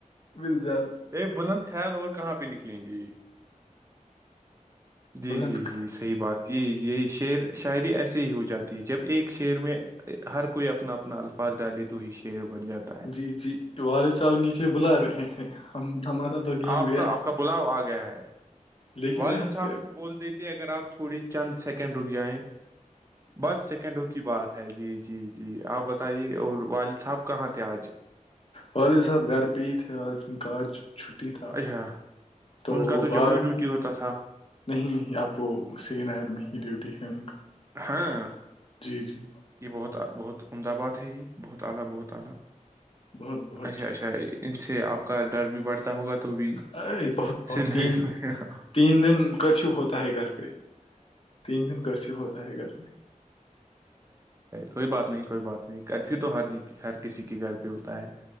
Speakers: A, on the left; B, on the right.
A: مل جان
B: ا بلند خیال اور کہاں پہ نکلیں گے جی
A: بلند
B: جی جی صحیح بات یہی یہی شعر شاعری ایسے ہی ہو جاتی ہے جب ایک شعر میں ہر کوئی اپنا اپنا الفاظ ڈالے تو ہی شعر بن جاتا ہے
A: جی جی والد صاحب نیچے بلا رہے ہیں ہم ہمارا تو گیم
B: آپ
A: گیا
B: کا آپ کا بلاؤ آ گیا ہے
A: لیکن
B: والد
A: یہاں
B: صاحب
A: سے اب-
B: کو بولتے تھ اگر آپ تھوڑی چند سیکنڈ رک جائیں بس سیکنڈ رک کی بات ہے جی جی جی آپ بتائیے اور والد صاحب کہاں تھے آج
A: والد صاب گھر پی تے آج کا آج چھٹی تھا
B: اچھا
A: تو
B: ان کا
A: وہ بعد
B: جموں ڈیوٹی ہوتا تھا
A: نہیں نہیں اب وہ سری نگر میں ہی ڈیوٹی ہے ان کا
B: ہاں
A: جی جی
B: یہ بہت بہت عمد باد ہے یہ بہت اعلی بہت اعلی
A: بہت بہت
B: اچھا اچھا ان سے آپ کا ڈر بھی بڑھتا ہوگا تو بھی
A: ا بہت بہت
B: سر
A: تین
B: میں گرم۔
A: تین دن کرفیو ہوتا ہے گھر پہ تین دن کرفیو ہوتا ہے گھر بھی
B: کوئی بات نہیں کوئی بات نہیں کرفیو تو ہر ج ہر کسی کے گھر پہ ہوتا ہے